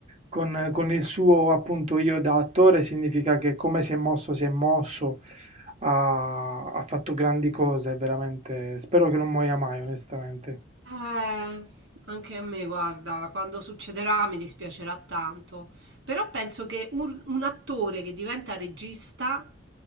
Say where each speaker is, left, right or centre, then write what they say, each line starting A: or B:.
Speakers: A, on the right; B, on the right.
A: con, con il suo appunto io da attore, significa che come si è mosso, si è mosso, ha, ha fatto grandi cose, veramente. Spero che non muoia mai, onestamente.
B: Eh, anche a me, guarda, quando succederà mi dispiacerà tanto, però penso che un, un attore che diventa regista